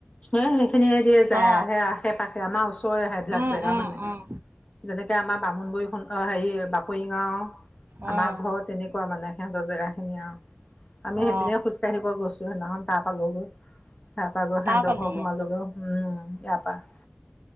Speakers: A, on the left; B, on the right.
A: এ হেইখিনিয়েদিয়ে যায়
B: অ
A: আৰু, সেই আশে-পাশে আমাৰ ওচৰৰে হেবিলাক
B: উম
A: জেগা
B: উম
A: মানে।
B: উম
A: যেনেকে আমাৰ বামুনবই সন্থ হেৰি বাকৰি গাওঁ
B: উম
A: আমাৰ ঘৰ তেনেকুৱা মানে সিহঁতৰ জেগাখিনি আৰু আমি সেইপিনে
B: অ
A: খোজকাঢ়িব গৈছিলোঁ সেইদিনাখন তাহ পালোঁগৈ <unintelligible> ব
B: তাৰ পালিগে
A: সোমালগে উম ইয়াৰ পা